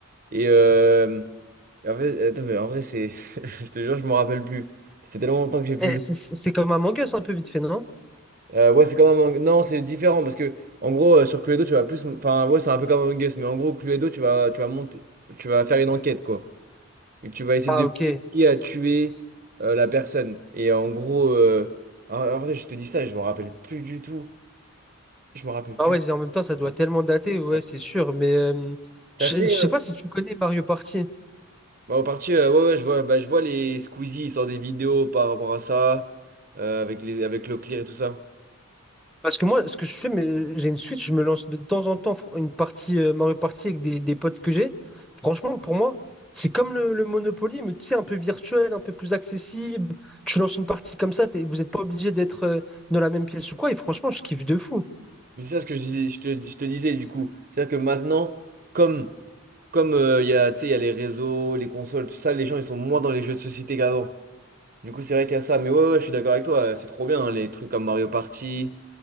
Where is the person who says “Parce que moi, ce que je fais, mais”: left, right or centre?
Centre